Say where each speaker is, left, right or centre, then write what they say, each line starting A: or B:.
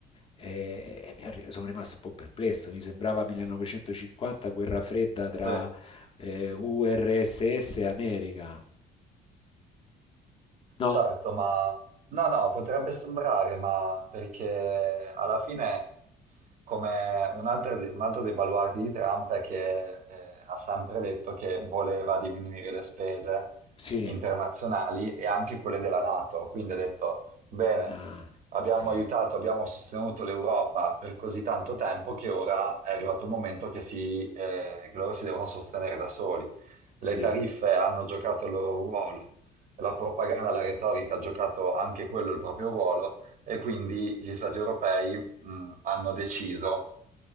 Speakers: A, on the left; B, on the right.
A: E, e mi arri- sono rimasto un po' perplesso, mi sembrava 1950, guerra fredda tra
B: Sì.
A: eh, URSS e America. No?
B: Certo, ma no, no, potrebbe sembrare, ma perché alla fine, come un altro, de- un altro dei baluardi di Trump è che eh, ha sempre detto che voleva diminuire le spese
A: Sì,
B: internazionali e anche quelle della NATO, quindi ha detto, bene,
A: ah,
B: abbiamo
A: sì,
B: aiutato, abbiamo sostenuto l'Europa per così tanto tempo che ora è arrivato il momento che, si, eh, che loro si devono sostenere da soli. Le
A: sì,
B: tariffe hanno giocato il loro ruolo la propaganda, la retorica ha giocato anche quello il proprio ruolo e quindi gli stati europei mh, hanno deciso,